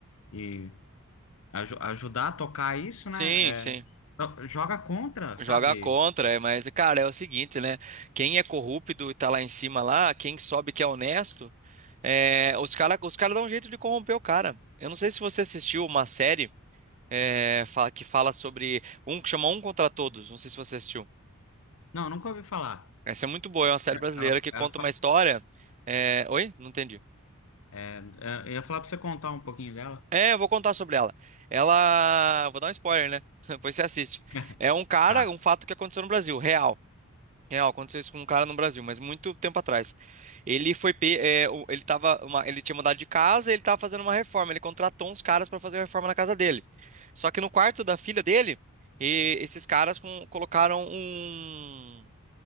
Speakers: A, on the left (about 65°); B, on the right (about 35°).
A: e aju- ajudar a tocar isso,
B: Sim,
A: né?
B: sim.
A: é, jo- joga contra, sabe?
B: Joga contra, é, mas, cara, é o seguinte, né? Quem é corrupto e tá lá em cima lá, quem sobe que é honesto, é, os cara, os cara dão um jeito de corromper o cara. Eu não sei se você assistiu uma série é, fa- que fala sobre um que chama Um Contra Todos. Não sei se você assistiu.
A: Não, nunca ouvi falar.
B: Essa é muito boa, é uma série brasileira
A: Ela,
B: que conta
A: ela fa-
B: uma história. é, Oi? Não entendi.
A: é, é, eu ia falar pra você contar um pouquinho dela.
B: É, eu vou contar sobre ela. Ela. Vou dar um spoiler, né? <laughs> Depois você assiste.
A: <laughs>
B: É um cara,
A: Tá.
B: um fato que aconteceu no Brasil, real. Real, aconteceu isso com um cara no Brasil, mas muito tempo atrás. Ele foi. pe- é, o- ele tava uma- ele tinha mudado de casa e ele tava fazendo uma reforma. Ele contratou uns caras para fazer a reforma na casa dele. Só que no quarto da filha dele, e- esses caras com- colocaram um.